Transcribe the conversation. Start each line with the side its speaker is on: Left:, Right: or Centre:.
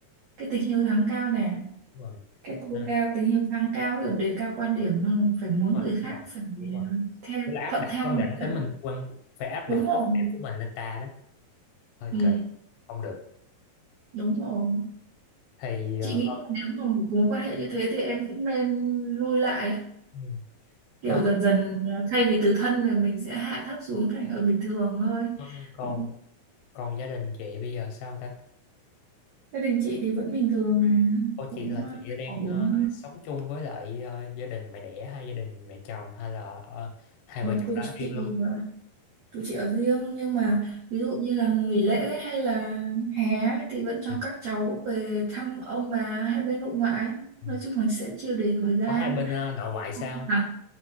Right: cái tính hiếu thắng cao nè
Left: Đúng rồi.
Right: cái tôi
Left: Cho nên-
Right: cao tính hiếu thắng cao kiểu đề cao quan điểm mà phải muốn
Left: đúng
Right: người
Left: rồi
Right: khác
Left: đúng rồi
Right: phải
Left: đúng rồi
Right: ờ, theo
Left: tức là áp
Right: thuận
Left: đặt
Right: theo
Left: quan
Right: mình
Left: điểm
Right: đó
Left: tới mình quan phải áp
Right: đúng
Left: đặt
Right: rồi
Left: quan điểm của mình lên ta đó hơi
Right: ừ,
Left: kỳ không được
Right: đúng rồi
Left: thì
Right: chị
Left: ờ,
Right: nghĩ là nếu mà một mối quan hệ như thế thì em cũng nên lui lại á.
Left: ừ.
Right: kiểu
Left: Ờ,
Right: dần dần ờ, thay vì từ thân rồi mình sẽ hạ thấp xuống thành ở bình thường thôi
Left: ờ, còn
Right: Ừ.
Left: Còn gia đình chị bây giờ sao ta?
Right: gia đình chị thì vẫn bình thường nè
Left: Cô
Right: cũng
Left: chị là
Right: ờ,
Left: chị đang
Right: ổn
Left: ờ, sống chung với lại ờ, gia đình mẹ đẻ hay gia đình mẹ chồng hay là ờ, hai
Right: còn
Left: vợ chồng
Right: tụi
Left: đó riêng
Right: chị
Left: luôn?
Right: tụi chị ở riêng nhưng mà
Left: Ờ,
Right: ví dụ như là nghỉ lễ hay là hè ấy, thì vẫn cho
Left: Ừ.
Right: các cháu về thăm ông bà hai bên nội ngoại
Left: ừ.
Right: nói chung là sẽ chia đều thời gian
Left: Có hai bên ờ, nội ngoại sao không?
Right: à.